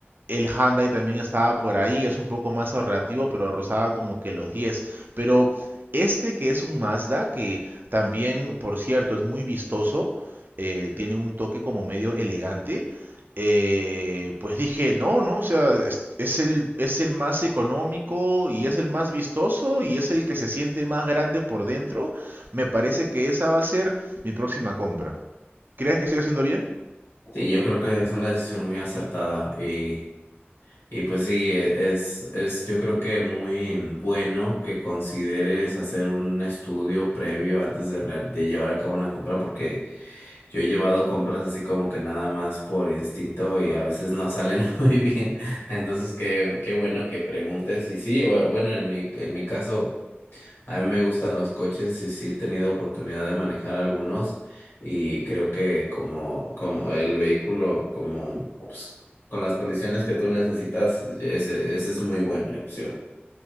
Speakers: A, on the right; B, on the left.
A: el Hyundai también estaba por ahí, es un poco más ahorrativo, pero rozaba como que los diez Pero este que es un Mazda, que también, por cierto, es muy vistoso, eh, tiene un toque como medio elegante, eh, pues dije, no, no, o sea, es, es el, es el más económico y es el más vistoso y es el que se siente más grande por dentro. Me parece que esa va a ser mi próxima compra. ¿Crees que estoy haciendo bien?
B: Sí, yo creo que es una decisión muy acertada y, y pues sí, e- es, es yo creo que muy bueno que consideres hacer un estudio previo antes de, real- de llevar a cabo una compra porque Yo he llevado compras así como que nada más por instinto y a veces no salen <laughs> muy bien. Entonces, qué, qué bueno que preguntes. Y sí, bu- bueno, en mi, en mi caso, a mí me gustan los coches y sí he tenido oportunidad de manejar algunos. Y creo que como, como el vehículo, como pues, con las condiciones que tú necesitas, ese, ese es muy buena opción.